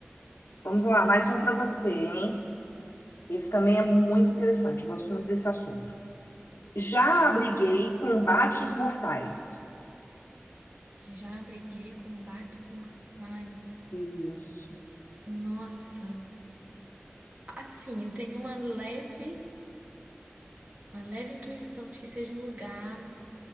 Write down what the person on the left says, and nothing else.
Vamos
lá,
mais um para você, hein? Esse também é muito interessante, eu gosto muito desse assunto. Já abriguei combates mortais.
Isso,